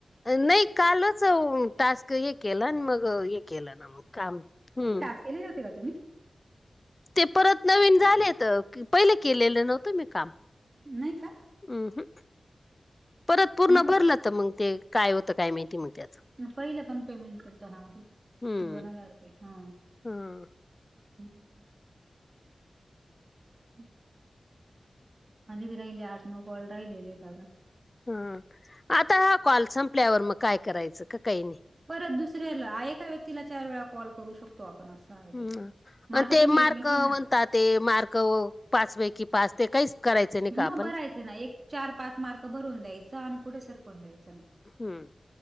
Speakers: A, on the left; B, on the right.
A: नाही कालच टास्क हे केला आण मग हे केलं ना मग काम हम्म
B: केली नव्हत का तुम्ही
A: ते परत नवीन झालेत पहिले केलेलं नव्हतं मी काम
B: नाही का
A: हम ह परत पूर्ण
B: मग ते
A: भरलं तर मग ते काय होतं काय माहिती मग त्यात
B: पहिलं पण पेमेंट करतो ना म तु
A: हम्म
B: दोन हजार रुपये हा
A: ह
B: <inaudible> <inaudible> माझे बी राहिले आठ, नऊ कॉल राहिलेलेत अजून
A: हम आता हा कॉल संपल्यावर मग काय करायचं का? काही नाही
B: परत दुसऱ्याला एका व्यक्तीला चार वेळा कॉल करू शकतो आपण असं आहे
A: हम
B: ते मग
A: आणि
B: आता
A: ते
B: तुम्ही
A: मार्क
B: एकमेकींना
A: म्हणतात ते मार्क पाच पैकी पाच ते काहीच करायचं नाही का
B: मग
A: आपण
B: भरायचं ना एक चार पाच मार्क भरवून द्यायचं आणि पुढे सरकून द्यायचं ना
A: हम्म